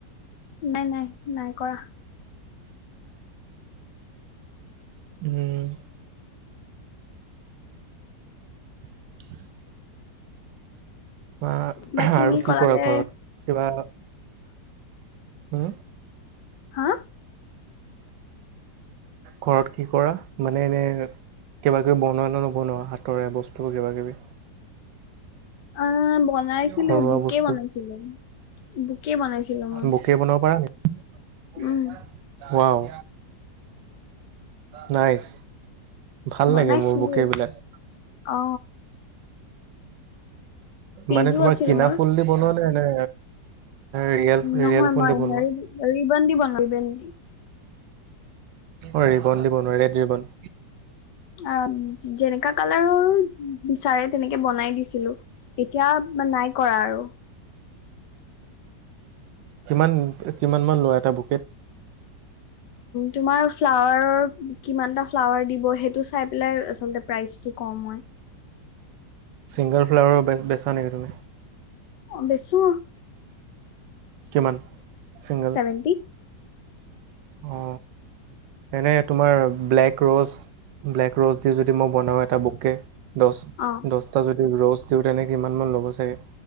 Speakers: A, on the left (about 75°); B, on the right (about 85°).
A: নাই নাই নাই কৰা
B: উম <inaudible> বা
A: বাকী
B: আৰু
A: তুমি
B: কি
A: ক'লা
B: কৰা
A: যে
B: ঘৰত কিবা হম
A: হা
B: ঘৰত কি কৰা মানে এনে কিবাকিবি বনোৱা নে নবনোৱা হাতৰে বস্তু কিবা কিবি
A: অ বনাইছিলো
B: ঘৰুৱা
A: বুকে
B: বস্তু
A: বনাইছিলো বুকে বনাইছিলো মই
B: বুকে বনাব <unintelligible>
A: উম
B: ৱাও নাইচ ভাল
A: বনাইছিলো
B: লাগে মোৰ বোকে বিলাক
A: অ পেজো
B: মানে তোমাৰ
A: আছিল
B: কিনা
A: মোৰ
B: ফুল দি বনোৱা নে নে ৰিয়েল
A: নহয়
B: ৰিয়েল ফুল
A: মই
B: দি বনোৱা?
A: হেৰি ৰিবন দি বনাও ৰিবন দি
B: অ ৰিবন দি বনোৱা ৰেড ৰিবন
A: অ যেনেকা কালাৰৰো বিচাৰে তেনেকে বনাই দি ছিলো এতিয়া মা নাই কৰা আৰু
B: কি কিমানমান লোৱা এটা বুকেট
A: তোমাৰ ফ্লাৱাৰৰ কিমানটা ফ্লাৱাৰ দিব সেইটো চাই পেলাই আচলতে প্ৰাইজটো কও মই
B: ছিংগল ফ্লাৱাৰৰ বেচ বেচা নেকি তুমি
A: অ বেছো
B: কিমান চিংগল
A: ছেভেন্টি
B: অ এনে তোমাৰ ব্লেক ৰ'জ ব্লেক ৰ'জ দি যদি মই বনাও এটা বুকে দহ
A: অ
B: দহটা যদি ৰজ দিও তেনে কিমান মান ল'ব চাগে